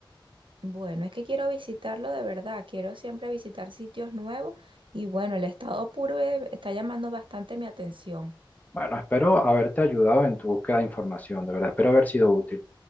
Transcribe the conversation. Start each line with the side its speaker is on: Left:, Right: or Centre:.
Right: Bueno, es que quiero visitarlo de verdad, quiero siempre visitar sitios nuevos y bueno, el estado puro eh, está llamando bastante mi atención.
Left: Bueno, espero haberte ayudado en tu búsqueda de información, de verdad, espero haber sido útil.